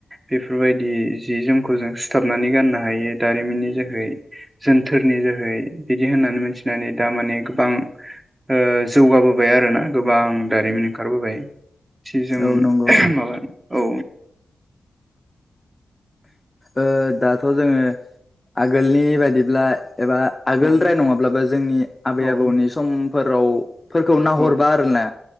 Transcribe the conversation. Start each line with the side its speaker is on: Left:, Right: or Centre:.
Right: बेफोरबायदि जि जोमखौ जों सुथाबनानै गाननो हायो दारिमिननि जोहै । जोनथोरनि जोहै बिदि होननानै मिथिनानै दा माने गोबां ओ जौगाबोबाय आरो ना गोबां दारिमिन ओंखारबोबाय सि जोम
Left: औ नंगौ
Right: माबा औ
Left: ओ दाथ' जोङो आगोलनि बायदिब्ला एबा आगोल
Right: औ
Left: द्राय नङाब्लाबो जोंनि आबै
Right: औ
Left: आबौनि समफोराव फोरखौ नाहरबा
Right: औ
Left: आरोना